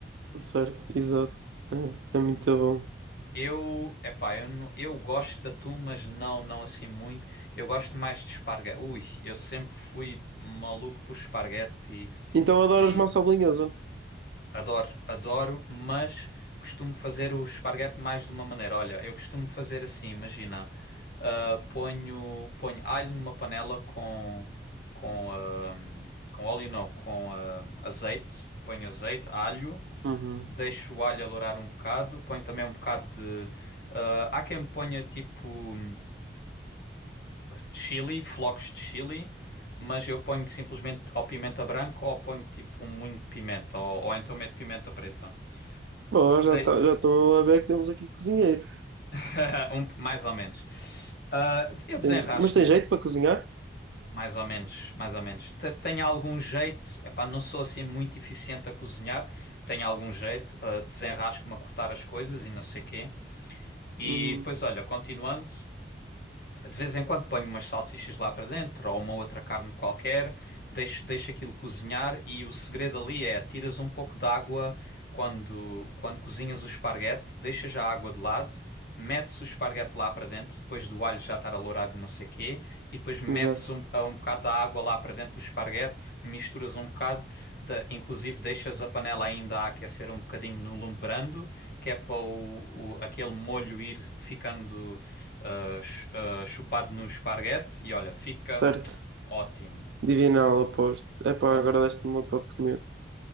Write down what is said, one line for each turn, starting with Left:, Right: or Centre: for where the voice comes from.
Right: Certo, exato. É, é muito bom.
Left: Eu, epá, eu, não- eu gosto de atum, mas não, não assim muito. Eu gosto mais de esparguete. Ui, eu sempre fui maluco por esparguete
Right: Então adoras
Left: e,
Right: massa
Left: e
Right: bolonhesa?
Left: adoro, adoro, mas costumo fazer o esparguete mais de uma maneira. Olha, eu costumo fazer assim, imagina, ah, ponho, ponho alho numa panela com, com, ah, com óleo não, com ah, azeite, ponho azeite, alho.
Right: Uhum.
Left: Deixo o alho alourar um bocado, ponho também um bocado de. ah, há quem ponha tipo chili, flocos de chili, mas eu ponho simplesmente ou pimenta branca ou ponho tipo muito pimenta, ou, ou então meto pimenta preta.
Right: Bom, eu
Left: Dei-
Right: já tá, já estou a ver que temos aqui cozinheiro.
Left: <laughs> um- mais ou menos. Ah, eu desenrasco-me,
Right: Tens- Mas tem jeito para cozinhar?
Left: mais ou menos, mais ou menos. Te- Tenho algum jeito, epá, não sou assim muito eficiente a cozinhar, tenho algum jeito, ah, desenrasco-me a cortar as coisas e não sei quê. E
Right: Uhum.
Left: depois, olha, continuando. De vez em quando ponho umas salsichas lá para dentro ou uma outra carne qualquer, deixo, deixo aquilo cozinhar e o segredo ali é tiras um pouco de água quando, quando cozinhas o esparguete, deixas a água de lado, metes o esparguete lá para dentro, depois do alho já estar alourado e não sei quê, e depois metes
Right: Exato.
Left: um, um bocado da água lá para dentro do esparguete, misturas um bocado, da- inclusive deixas a panela ainda a aquecer um bocadinho no lume brando, que é para o, o- aquele molho ir ficando ah, chu- ah, chupado no esparguete e olha, fica
Right: Certo.
Left: ótimo,
Right: Divinal, aposto. Epá,
Left: ótimo.
Right: agora deste-me vontade de comer.